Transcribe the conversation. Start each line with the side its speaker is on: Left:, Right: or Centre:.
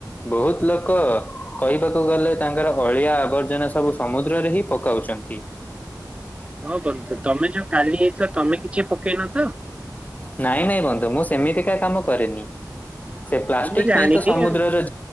Left: ବହୁତ ଲୋକ କହିବାକୁ ଗଲେ ତାଙ୍କର ଅଳିଆ ଆବର୍ଜନା ସବୁ ସମୁଦ୍ରରେ ହିଁ ପକାଉଛନ୍ତି।
Right: ହଁ ବନ୍ଧୁ ତମେ ଯୋଉ କାଲି ଆଇଥିଲ ତମେ କିଛି ପକେଇନ ତ?
Left: ନାଇଁ ନାଇଁ ବନ୍ଧୁ ମୁଁ ସେମିତିକା କାମ କରେନି, ସେ ପ୍ଲାଷ୍ଟିକ
Right: ହଁ ମୁଁ ଜାଣିନି
Left: ପାଇଁ ତ ସମୁଦ୍ରର
Right: ଆଉ। ହଁ,